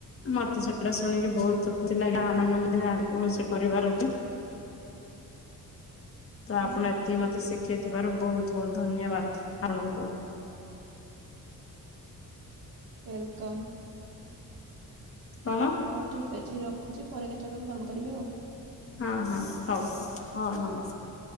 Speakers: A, on the left; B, on the right.
A: ମତେ ସେଟା ଶୁଣିକି ବହୁତ ଖୁସି ଲାଗେ ଜଗାଁ ମାନଙ୍କୁ ମଧ୍ୟ ଆଗକୁ ସେ କରିବାର ଅଛି ତ ଆପଣ
B: ହଁ
A: ଏତିକି ମତେ ଶିଖେଇଥିବାରୁ ବହୁତ ବହୁତ ଧନ୍ୟବାଦ ଆପଣଙ୍କୁ।
B: ୱେଲକମ୍।
A: କଣ?
B: ହଉ ଠିକ୍ ଅଛି ରଖୁଛି ପରେ କେତେବେଳକୁ ଫୋନ କରିବି ଆଉ।
A: ହଁ ହଁ ହଉ ହଉ ନମସ୍କାର।